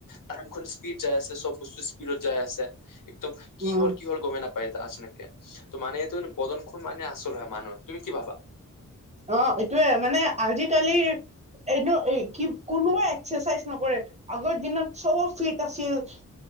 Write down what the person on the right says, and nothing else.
উম
অ, এইটোৱে মানে আজি-কালি এনে কি কোনোৱে এক্সেচাইজ নকৰে। আগৰ দিনত চব ফিট আছিল।